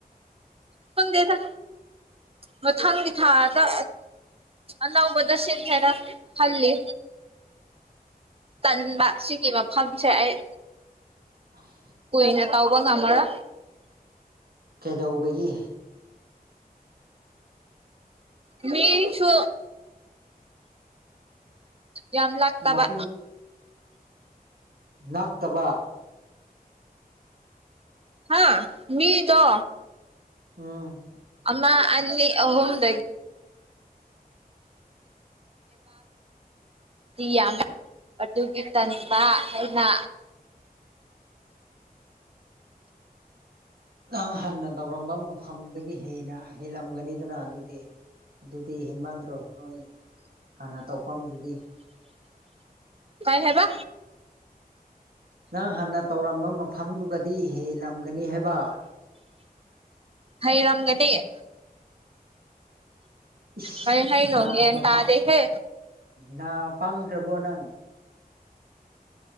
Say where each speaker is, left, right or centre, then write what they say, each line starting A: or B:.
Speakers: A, on the right; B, on the right.
A: ꯈꯪꯗꯦꯗꯥ ꯃꯊꯪꯡ ꯊꯥꯗ ꯑꯅꯕꯗꯁꯦꯟ ꯈꯔ ꯍꯂꯦ ꯇꯟꯕ ꯁꯤꯒꯤ ꯃꯐꯝꯁꯦ ꯑꯩ
B: <unintelligible>
A: ꯀꯨꯏꯅꯦ ꯇꯥꯎꯕ ꯑꯃꯔ
B: ꯀꯩꯗꯧꯕꯒꯤ
A: ꯃꯤꯁꯨ ꯌꯥꯝ ꯂꯥꯛꯇꯕ
B: ꯃꯄꯨ ꯅꯛꯇꯕ
A: ꯍꯥ ꯃꯤꯗꯣ
B: ꯎꯝ
A: ꯑꯃ ꯑꯅꯤ ꯑꯍꯣꯝꯗ ꯒꯤ ꯌꯥꯝꯃꯦ ꯑꯗꯨꯒꯤ ꯇꯅꯤꯡꯕ ꯍꯥꯏꯅ
B: ꯅꯪ ꯍꯟꯅ ꯇꯧꯔꯝꯕ ꯃꯐꯝꯗꯒꯤ ꯍꯟꯅ ꯍꯦꯜꯂꯝꯒꯅꯤꯗꯅ ꯑꯗꯨꯗꯤ ꯑꯗꯨꯗꯤ ꯍꯦꯟꯃꯥꯟꯗ꯭ꯔꯣ ꯅꯣꯏ ꯍꯥꯟꯅ ꯇꯧꯐꯝꯗꯨꯗꯤ
A: ꯀꯥꯏ ꯍꯕ
B: ꯅꯪ ꯍꯥꯟꯅ ꯇꯧꯔꯝꯕ ꯃꯐꯝꯗꯨꯒꯗꯤ ꯍꯦꯂꯝꯒꯅꯤ ꯍꯥꯏꯕ
A: ꯍꯩꯔꯝꯒꯦꯗꯤꯦ
B: ꯏꯁ
A: ꯀꯩ ꯍꯩꯅꯣ
B: ꯅꯥꯒ
A: ꯒ꯭ꯌꯥꯟ ꯇꯥꯗꯦꯍꯦ
B: ꯅꯥ ꯄꯥꯡꯈ꯭ꯔꯕꯣ ꯅꯪ